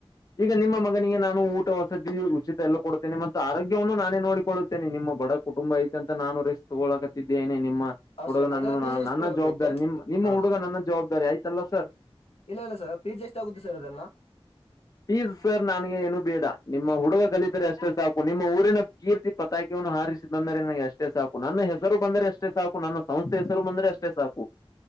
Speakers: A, on the left; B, on the left.
A: ಈಗ ನಿಮ್ಮ ಮಗನಿಗೆ ನಾನು ಊಟ ವಸತಿ ಉಚಿತ ಎಲ್ಲ ಕೊಡ್ತೇನೆ ಮತ್ತು ಆರೋಗ್ಯವನ್ನು ನಾನೇ ನೋಡಿಕೊಳುತ್ತೇನೆ ನಿಮ್ಮ ಬಡ ಕುಟುಂಬ ಐತ ಅಂತ ನಾನು ರೆಸ್ಕ್ ತಗೊಳಕತಿದ್ದೆೇನೆ ನಿಮ್ಮ
B: ಹೌದು
A: ಹುಡುಗನನ್ನು
B: ಸರ್ ಅದೆಲ್ಲ ಪಿ
A: ನಾನು
B: ಜಿ ಎಷ್ಟು
A: ನನ್ನ
B: ಕೊಡ್ಬೇಕಾಗುತ್ತೆ
A: ಜವಾಬ್ದಾರಿ ನಿಮ್ ನಿಮ್ಮ
B: ಹೌದು
A: ಹುಡುಗ
B: ಸರ್
A: ನನ್ನ ಜವಾಬ್ದಾರಿ ಆಯ್ತಲ್ಲ ಸರ್
B: ಇಲ್ಲ ಇಲ್ಲ ಸರ್ ಫೀಸ್ ಎಷ್ಟ ಆಗುತ್ತೆ ಸರ್ ಅದೆಲ್ಲಾ.
A: ಫೀಸ್ ಸರ್ ನನ್ಗೆ ಏನು ಬೇಡ ನಿಮ್ಮ ಹುಡುಗ ಕಲಿತರೆ ಅಷ್ಟೇ ಸಾಕು ನಿಮ್ಮ ಊರು ಊರಿನ ಕೀರ್ತಿ ಪಟಾಕಿ ವನು ಹಾರಿ ಬಂದರೆ ನನಗೆ ಅಷ್ಟೇ ಸಾಕು ನನ್ನ ಹೆಸರು ಬಂದರೆ ಅಷ್ಟೇ ಸಾಕು ನನ್ನ ಸಂಸ್ಥೆ ಹೆಸರು ಬಂದ್ರೆ ಅಷ್ಟೇ ಸಾಕು